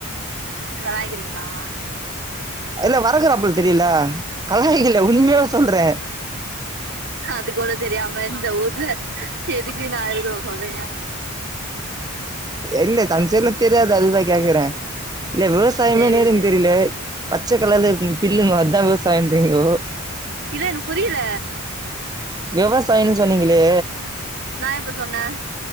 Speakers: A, on the right; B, on the right.
A: கலாய்க்கிரி ங்கலா
B: இல்ல வரகற அப்பளோ தெரியுல கலாய்க்கல உண்மையாவே சொல்றே
A: அது கூட தெரியா மா இந்த ஊர்ல எதுக்கு நா இருக்கணு சொல்லுங்க
B: இல்ல அஞ் சைடு லா தெரியாது அதுக்தா கேக்குறே இல்ல விவசாயமே
A: தெரியது
B: நேருன்னு தெரில பச்சைக்கலல இருக்கு பில்லுங்க அதான் விவசாய இன்றிங்கோ
A: இல்ல என புரியல
B: விவசாயன்னு சொன்னீங்களே
A: நா எப்ப சொன்னே